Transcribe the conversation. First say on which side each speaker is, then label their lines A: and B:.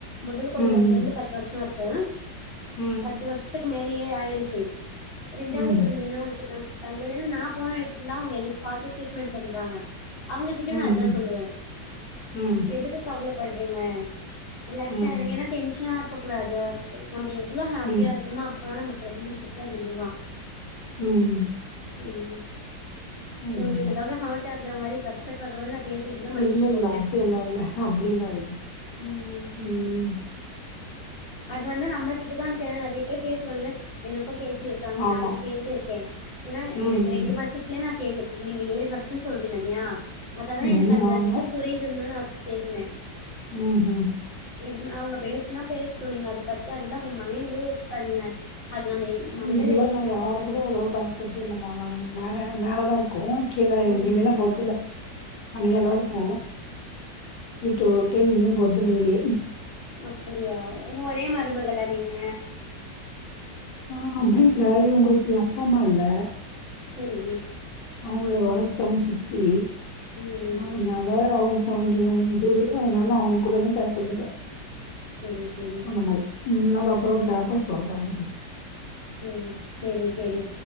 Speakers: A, on the left (about 40°); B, on the left (about 80°).
A: முதல் குழந்த
B: ம்.
A: பொறந்து பத்து வருஷ இருக்கு
B: ம்.
A: பத்து வருஷத்துக்கு மேலேயே ஆயிடுச்சு ரெண்டாவது
B: ம்.
A: கொழந்த இன்னு <unintelligible> தங்கள் என்ன நா போன எடத்துல அவங்க எனக்கு பாத்து ட்ரீட்மெண்ட் பண்றாங்க அவங்க கிட்டயு
B: ம்.
A: நா அதா சொல்லுவே
B: ம்.
A: எதுக்கு கவலப்பட்றீங்க ரிலாக்ஸா
B: ம்.
A: இருங்க ஏன்னா டென்ஷனா இருக்கக்கூடாது நம்ப எவ்ளோ ஹாப்பியா
B: ம்.
A: இருக்குமோ அ ப்பதா நம்ப பிரெக்னன்சிக்கு அது இதுவா
B: ம்
A: ம்
B: ஆமாம்மா.
A: உங்களுக்கு ஏதாவது ஹட் ஆக்குற மாரி கஷ்டப்படுற மாரி நா பேசிருந்தா மன்னிச்சுக்கோங்க
B: இல்ல, இல்ல. அப்படியெல்லாம் இல்ல. அப்படியெல்லாம் இல்ல.
A: ம்
B: ம்
A: அது வந்து நம்மகிட்டதா கே நெறைய பேர் பேசுவாங்க எனக்கு பேசி இருக் காங்க
B: ஆமா.
A: நானு கேட்டிருக்கே ஏன்னா
B: ம்.
A: எனக்கு ரெண்டு வருஷத்துலயே நா கேட்டிருக் நீங்க ஏழு வருஷ சொல்றீங்க இல்லையா அததா
B: ம்.
A: எனக்கு அந்த
B: ஆமா.
A: இது புரியுதுன்னு தா நா பேசுனே
B: ம் ஹும்
A: இது அவங்க பேசுனா பேச்ட்டு நீங்க அத பத்தி அதெல்லா மைண்ட்லயே எத்துக்காதீங்க அது நம்ம மண்டைல
B: இல்ல
A: ஏத்திக்கிட்டாதா
B: நா யாரு கூட அவ்ளவோ பேசதே இல்லாமா நா மேல மேலதா இருக்கு கீழ
A: ம்
B: எங்கயுமே நா பொறதுல தனியாதா
A: ம்
B: இருக்கோ வீட்ட விட்டு எங்கயு போறதுல்ல வெளியே
A: அப்டியா ஒரே மருமகளா நீங்க
B: ஆ அப்டி இல்ல இவுங்களுக்கு அப்பா அம்மா இல்ல
A: சரி
B: அவங்கள வளத்தம் ஜித்தி
A: ம்
B: அதனால அவங்க கொஞ்சோ இது அதனாலும் அவங்க கூடவு பேசுதர்ல
A: செரி செரி
B: அந்த மாரி ம் அப்புறோ பாப்போம் சொல்றேன் ஒனக்கி
A: சேரி சேரி சேரி